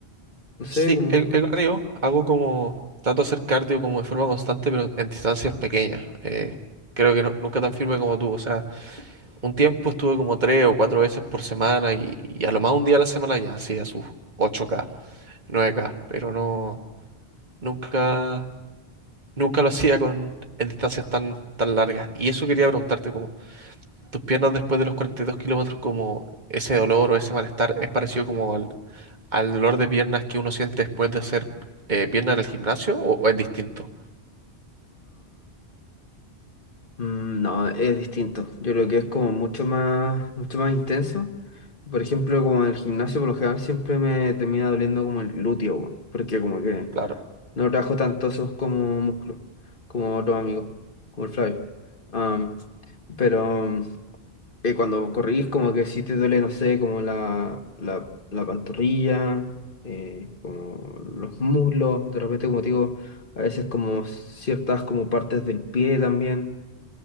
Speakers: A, on the left; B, on the right.
A: no sé,
B: Sí,
A: como...
B: el, el corrido hago como, trato de hacer cardio como de forma constante, pero en distancias pequeñas. Eh, creo que no- nunca tan firme como tú. O sea, un tiempo estuve como tres o cuatro veces por semana y, y a lo más un día a la semana ya hacía sus ocho k nueve k pero no, nunca, nunca lo hacía con, en distancias tan, tan largas. Y eso quería preguntarte, como, tus piernas después de los 42 kilómetros, como ese dolor o ese malestar es parecido como al, al dolor de piernas que uno siente después de hacer eh, pierna en el gimnasio o, o es distinto?
A: Mm, No, es distinto. Yo creo que es como mucho más, mucho más intenso. Por ejemplo, como en el gimnasio, por lo general siempre me termina doliendo como el glúteo, weón, porque como que
B: Claro.
A: no trabajo tanto esos como músculos, como otros amigos, como el Flavio. Am, pero mm, eh, cuando corrís, como que sí te duele, no sé, como la, la, la pantorrilla, eh, como los muslos, de repente, como te digo, a veces como ciertas como partes del pie también.